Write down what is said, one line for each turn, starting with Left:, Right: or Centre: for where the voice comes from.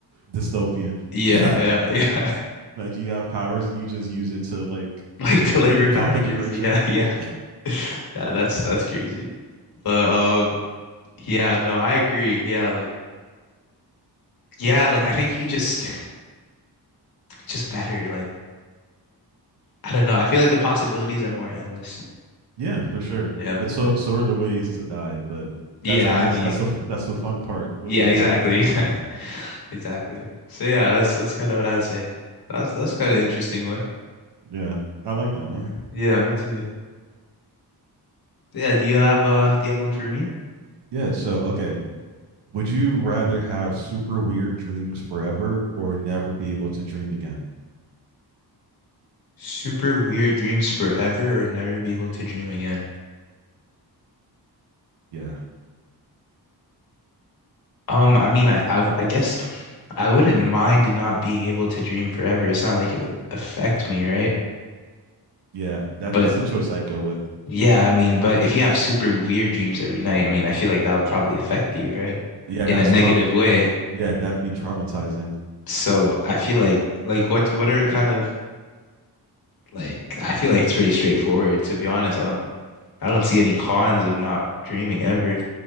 Right: dystopian.
Left: Yeah,
Right: <laughs>
Left: yeah, <laughs> yeah.
Right: Imagine you have powers and you just use it to like
Left: <laughs> Like
Right: just
Left: deliver
Right: make a company
Left: packages.
Right: richer.
Left: Yeah,
Right: Yeah.
Left: yeah. <laughs> Yeah, that's that's crazy. But um yeah, no, I agree. Yeah, like yeah, like I think you could just just better. Like I don't know. I feel like the possibilities are more endless.
Right: <laughs> yeah, for sure.
Left: Yeah.
Right: But so so are the ways to die, but
Left: Yeah,
Right: that's I
Left: I
Right: guess
Left: mean,
Right: that's the that's the fun part with
Left: yeah,
Right: it,
Left: exactly.
Right: I guess.
Left: <laughs> Exactly. Exactly. So yeah, that's that's kind of what I'd say. That's that's kind of interesting one.
Right: Yeah. I like that one.
Left: Yeah. Yeah, me too. So, yeah, do you have uh do you have one for me?
Right: Yeah, so okay. Would you rather have super weird dreams forever or never be able to dream again?
Left: Super weird dreams forever or never be able to dream again?
Right: Yeah.
Left: Um, I mean, I, I, w- I guess I wouldn't mind not being able to dream forever. It's not like it would affect me, right?
Right: Yeah, that
Left: But
Right: that's the choice I'd go with.
Left: yeah, I mean, but if you have super weird dreams every night, I mean, I feel like that would probably affect you, right?
Right: Yeah,
Left: In
Right: that's
Left: a negative
Right: tra-
Left: way.
Right: yeah, that'd be traumatizing.
Left: So I feel like, like what, what are kind of like, I feel like it's pretty straightforward, to be honest. I don't, I don't see any cons of not dreaming ever.